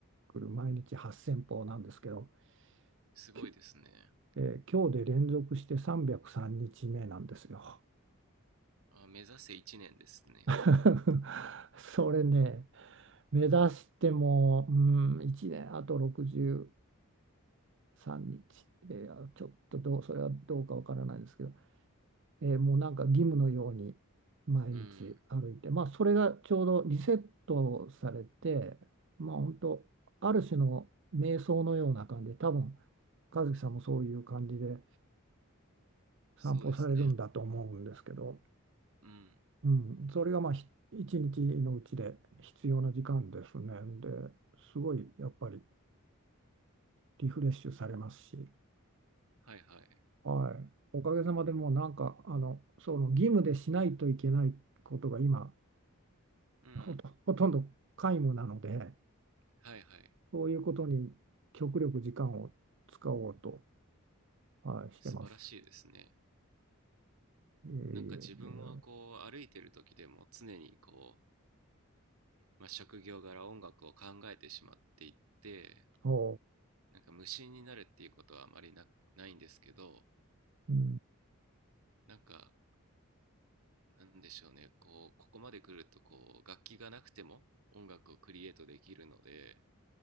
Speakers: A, on the right; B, on the right.
A: くる毎日8000歩なんですけど、
B: すごいですね。
A: きえー今日で連続して303日目なんですよ。
B: あ、目指せ1年ですね。
A: <laughs> それね、目指しても、うん、1年あと63日、えーあちょっとどう、それはどうかわからないですけど、えーもうなんか義務のように毎日歩いて、
B: うん。
A: まあ、それがちょうどリセットされて、まあ、本当ある種の瞑想のような感じで多分和樹さんもそういう感じで
B: そうですね。
A: 散歩されるんだと思うんですけど、
B: うん。
A: うん、それがまあひ一日のうちで必要な時間ですね。ですごいやっぱりリフレッシュされますし、
B: はいはい。
A: はい、おかげさまでもうなんかあのその義務でしないといけないことが今
B: うん。
A: ほと、ほとんど皆無なので、
B: はいはい。
A: そういうことに極力時間を使おうと、はい、してます。
B: 素晴らしいですね。
A: ええ
B: なんか自分はこう歩いてる時でも常にこう、まあ、職業柄音楽を考えてしまっていって、
A: ほ
B: なんか無心になるっていうことはあまりな、ないんですけど、
A: う、うん、
B: なんかなんでしょうね、こう、ここまで来るとこう楽器がなくても音楽をクリエイトできるので、